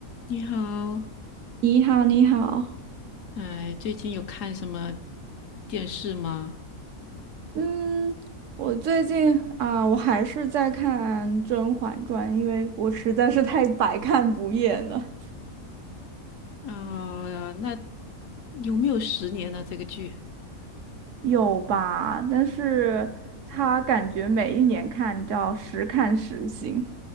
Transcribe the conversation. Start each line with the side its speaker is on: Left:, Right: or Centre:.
Left: 你好，
Right: 你好，你好，
Left: 哎，最近有看什么电视吗？
Right: 嗯，我最近啊，我还是在看《甄嬛传》，因为我实在是太百看不厌了。
Left: 啊、那有没有十年呢？这个剧？
Right: 有吧？但是它感觉每一年看叫时看时新。